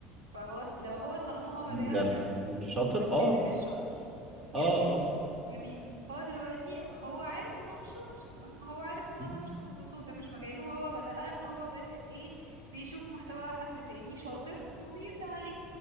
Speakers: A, on the right; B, on the right.
A: فهو لو هو طالما هو بادئها
B: مين ده اللي مش شاطر اه
A: اللي مش شاطر جميل
B: اه اه
A: جميل هو دلوقتي هو عارف ان هو مش شاطر تمام هو عارف ان هو
B: مم،
A: ده مش تخصصه وده مش مجاله وهو بدأ ان هو بادئ ايه بيشوف محتوى حد تاني شاطر وبيبدأ عليه